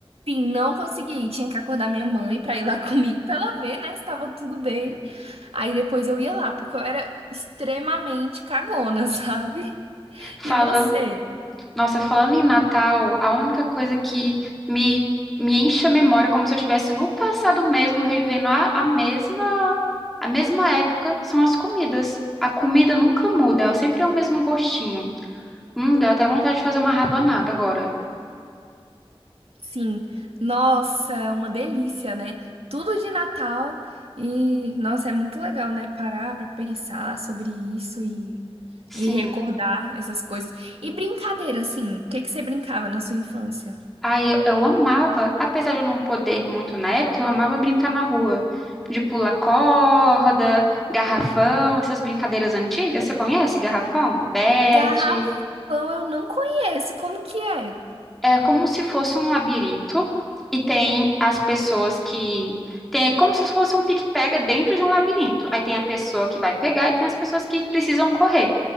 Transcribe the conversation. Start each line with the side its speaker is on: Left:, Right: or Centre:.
Right: Enfim, não conseguia ir. Tinha que acordar minha mãe pra ir lá <laughs> comigo pra ela ver, né? Se tava tudo bem. Aí depois eu ia lá, porque eu era extremamente cagona, <laughs> sabe?
Centre: Falando
Right: E você?
Centre: Nossa, falando em Natal, a única coisa que me, me enche a memória, é como se eu estivesse no passado mesmo, revivendo a, a mesma, a mesma época, são as comidas. A comida nunca muda, ela sempre é o mesmo gostinho. Hum, deu até vontade de fazer uma rabanada agora.
Right: Sim, nossa, uma delícia, né? Tudo de Natal e, nossa, é muito legal, né? Parar pra pensar sobre isso e,
Centre: Sim.
Right: e recordar essas coisas. E brincadeira, assim, o que que você brincava na sua infância?
Centre: Aí eu, eu amava, apesar de eu não poder muito na época, eu amava brincar na rua. De pular corda, garrafão, essas brincadeiras antigas. Você conhece garrafão? Bete.
Right: Garrafão eu não conheço, como que é?
Centre: É como se fosse um labirinto e tem as pessoas que tem é como se fosse um pique-pega dentro de um labirinto. Aí tem a pessoa que vai pegar e tem as pessoas que precisam correr.